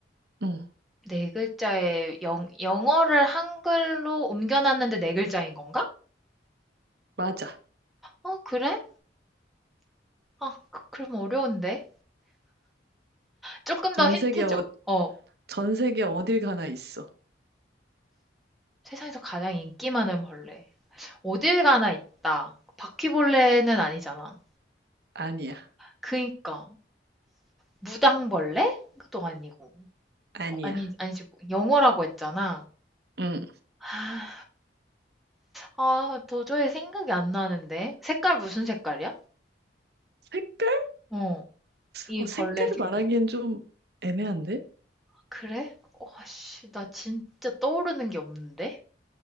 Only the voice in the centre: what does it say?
네 글자의 영 영어를 한글로 옮겨놨는데 네 글자인 건가?
어 그래? 아 그 그럼 어려운데. 조금
더 힌트
줘. 어.
세상에서 가장 인기 많은 벌레. 어딜 가나 있다. 바퀴벌레는 아니잖아.
그니까. 무당벌레? 그것도 아니고.
어 아니 아니지. 영어라고 했잖아.
아 아, 도저히 생각이 안 나는데. 색깔 무슨 색깔이야?
어. 이
벌레
색깔.
그래? 와, 씨, 나 진짜 떠오르는 게 없는데?